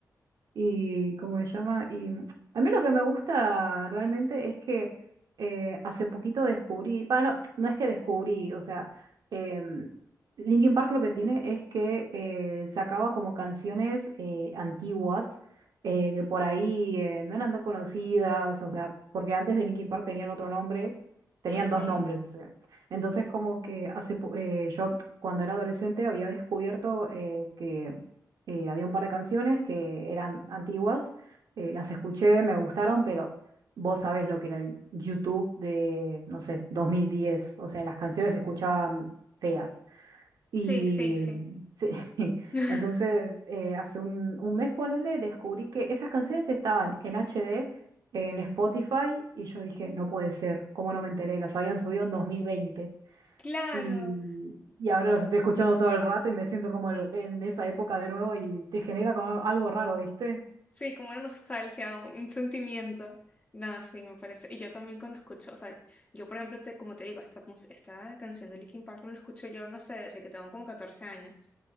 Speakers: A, on the right; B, on the left.
A: y cómo se llama. Y a mí lo que me gusta realmente es que eh, hace poquito descubrí, bueno, no no es que descubrí, o sea, em, Linkin Park lo que tiene es que eh, sacaba como canciones eh, antiguas eh, que por ahí eh, no eran tan conocidas, o sea, porque antes de Linkin Park tenían otro nombre, tenían
B: Ok.
A: dos nombres, o sea. Entonces como que hace, po- eh, yo cuando era adolescente había descubierto eh, que eh, había un par de canciones que eran antiguas, eh, las escuché, me gustaron, pero vos sabés lo que era el YouTube de, no sé, 2010, o sea, las canciones se escuchaban feas. Y
B: Sí, sí, sí.
A: sí, <laughs>
B: <laughs>
A: entonces eh, hace un, un mes, ponele, descubrí que esas canciones estaban en HD, en Spotify, y yo dije, no puede ser, ¿cómo no me enteré? Las habían subido en 2020.
B: Claro.
A: Y, y ahora los estoy escuchando todo el rato y me siento como el- en esa época de nuevo y te genera como algo raro, ¿viste?
B: Sí, como una nostalgia, un, un sentimiento. No, sí, me parece. Y yo también cuando escucho, o sea, yo por ejemplo, te, como te digo, esta, mus- esta canción de Linkin Park no la escucho yo, no sé, desde que tengo como 14 años.